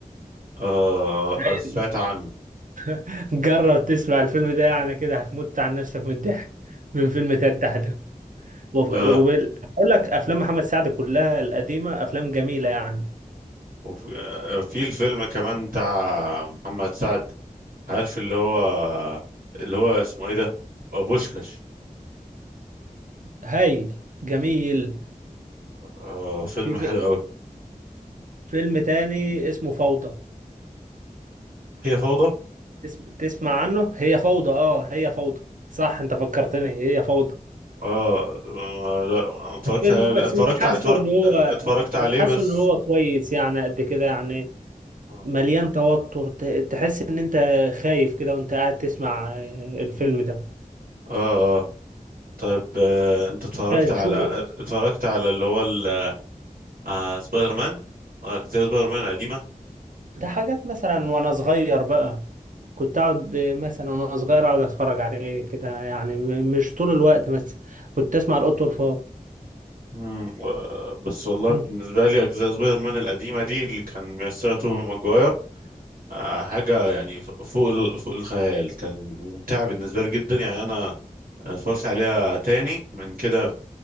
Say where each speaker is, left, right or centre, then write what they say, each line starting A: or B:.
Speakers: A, on the right; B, on the right.
A: آه
B: هايل
A: آه، سمعت عنه
B: <laughs> جرب تسمع الفيلم ده يعني كده هتموت عن نفسك من الضحك من فيلم تتح ده وبقول
A: آه
B: لك افلام محمد سعد كلها القديمه افلام جميله يعني
A: وفي آه، في الفيلم كمان بتاع محمد سعد عارف اللي هو اللي هو اسمه ايه ده آه، بوشكاش
B: هايل جميل
A: آه فيلم
B: في في
A: حلو قوي
B: فيلم تاني اسمه فوضى
A: هي فوضى
B: تس- تسمع عنه هي فوضى اه هي فوضى صح انت فكرتني هي فوضى
A: آه, آه لا أنا اتفرجت
B: فيلم
A: عليه قبل-
B: بس
A: اتفرجت
B: مش حاسه
A: ع- اتفر-
B: اللي هو
A: اتفرجت عليه
B: مش حاسه
A: بس
B: ان هو كويس يعني قد كده يعني
A: آه
B: مليان توتر ت- تحس ان انت خايف كده وانت قاعد تسمع آه، الفيلم ده
A: آه طيب آه، انت اتفرجت
B: انت
A: على
B: شو
A: اتفرجت على اللي هو ال- آه، سبايدر مان اجزاء سبايدر مان القديمه
B: ده حاجات مثلا وانا صغير بقى كنت اقعد مثلا وانا صغير اقعد اتفرج عليه كده يعني م- مش طول الوقت مثلا كنت اسمع القط والفار
A: مم، و- بس والله
B: مم.
A: بالنسبه لي اجزاء سبايدر مان القديمه دي اللي كان بيمثلها توبي ماجواير آه، حاجه يعني ف- فوق ال- فوق الخيال كان ممتع بالنسبه لي جدا يعني انا اتفرجت عليها تاني من كده